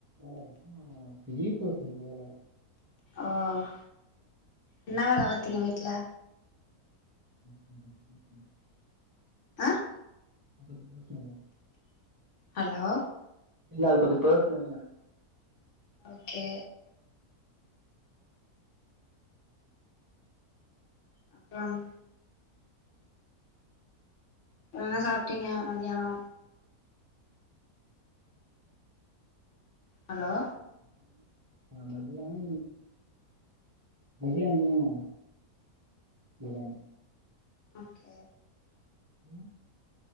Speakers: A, on the right; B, on the left.
A: வேல முடிச்சு வீட்ல கொஞ்ச வேல
B: ஆஹ் இன்னா வேலத் தெரியு வீட்ல
A: <inaudible>
B: ஆஹ்
A: அடுத்த திருப்பு பேசலால
B: ஹலோ
A: இல்ல அது கொஞ்ச பேசுனம்னா
B: ஓகே அப்பறம் என்ன சாப்ட்டீங்க மதியானோ ஹலோ
A: உம் ஆ மதியானோ பிரியாணியும் பிரியாணி
B: ஓகே
A: உம்